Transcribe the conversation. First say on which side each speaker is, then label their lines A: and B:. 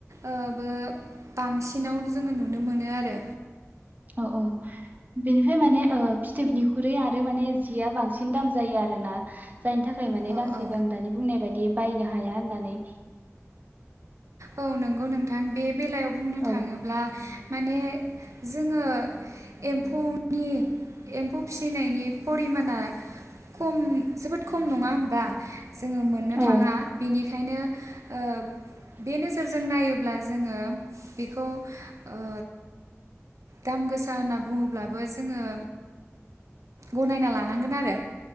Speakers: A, on the right; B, on the right.
A: ओ बो बांसिनाव जोंङो नुनो मोनो आरो।
B: औ औ बेनिफ्राय माने ओ फिथोबनिख्रुइ आरो माने जिया बांसिन दाम जायो आरोना जायनि थाखाय माने
A: औ
B: गासैबो
A: औ
B: आं दानि बुंनाय बायदि बायनो हाया होननानै
A: औ नंगौ नोंथां बे बेलायाव बुंनो
B: औ
A: थाङोब्ला माने जोङो एम्फौनि एम्फौ फिसिनायनि फरिमाना खम जोबोद खम नङा होमबा जोङो मोननो
B: औ
A: थाङा बेनिखायनो ओ बे नोजोरजों नायोब्ला जोङो बेखौ ओ दाम गोसा होनना बुङोब्लाबो जोङो गनायना लानांगोन आरो।